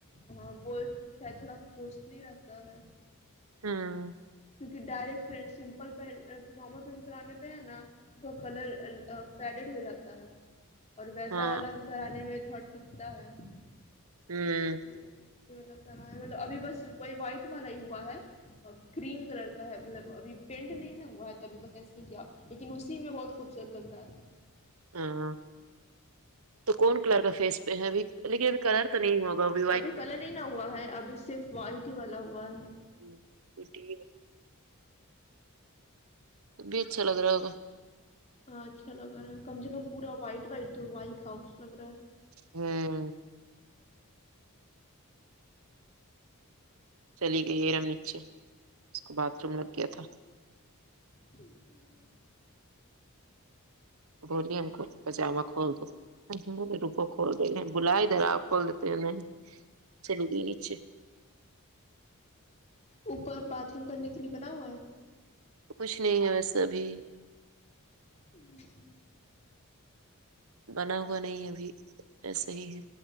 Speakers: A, on the left (about 30°); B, on the right (about 70°).
A: ہاں وہ شاید تھوڑ کوسلی رہتا ہے
B: ہم
A: کیونکہ direct print simple print normal print کرانے پہ ہے نا کا کلر آ آ فیڈڈ ہو جاتا ہے اور ویسا
B: ہاں
A: والا بھی کرانے میں تھوڑا ٹکتا ہے اس
B: ہوں
A: لیے یے لوگ کرا ہے مطلب ابھی بس وہی واء وائٹ والا ہی ہوا ہے کریم کلر کا ہے مطلب ابھی پینٹ نہیں نا ہوا ہے توب بس ایسے ہی کیا لیکن اسی میں بہت خوبصورت لگ رہا ہے
B: ہاں ہاں تو کون کلر کا فیس پہ ہے ابھی لیکن ابھی کلر تو نہیں ہوگا ا بھی
A: ابھی کلر نہیں نہ ہوا ہے ابھی صرف وائٹ ہی والا ہوا ہے
B: ہ اس <unintelligible> تبھی اچھا لگ رہا ہوگا
A: ہاں اچھا لگ رہا ہے کم سے کم پور وائٹ وائٹ تو وائٹ ہاؤس لگ رہا ہے
B: ہوں چلی گئی ایرم نیچے اس کو باتھ روم لگ گیا تھا
A: ہ ہ <unintelligible>
B: گلیم کول دو پجاما کول دو روپو کھول دو بلا ہی درا کھول دیتے ہیں نہیں <unintelligible> نہیںگ نچے
A: اوپر باتھ روم کرنے کے لیے بنا ہوا ہے
B: کچھ نہیں ہے ویسے ابھی
A: ہوں
B: بنا ہوا نہیں ابھی ایسا ہی ہے